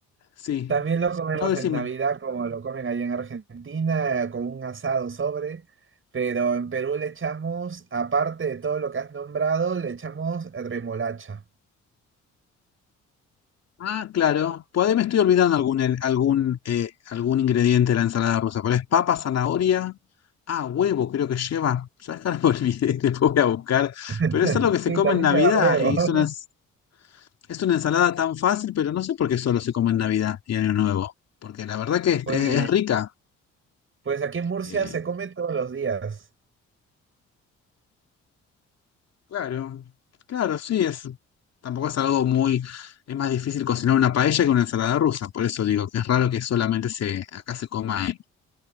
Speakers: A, on the left; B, on the right.
A: Sí.
B: también lo comemos
A: No, decime.
B: en Navidad, como lo comen allá en Argentina, eh, con un asado sobre, pero en Perú le echamos, aparte de todo lo que has nombrado, le echamos remolacha.
A: Ah, claro. Por ahí me estoy olvidando algún, el- algún, eh, algún ingrediente de la ensalada rusa. Pero es papa, zanahoria. Ah, huevo, creo que lleva. Ya acá lo olvidé, <laughs> después voy a buscar.
B: <laughs>
A: Pero eso es lo que se
B: Sí,
A: come
B: también
A: en Navidad.
B: lleva huevo.
A: Y
B: <laughs>
A: es una, ens- Es una ensalada tan fácil, pero no sé por qué solo se come en Navidad y Año Nuevo, porque la verdad que es,
B: Pues,
A: es- es rica.
B: pues aquí en Murcia
A: Eh,
B: se come todos los días.
A: claro, claro, sí, es, tampoco es algo muy, es más difícil cocinar una paella que una ensalada rusa, por eso digo que es raro que solamente se, acá se coma en-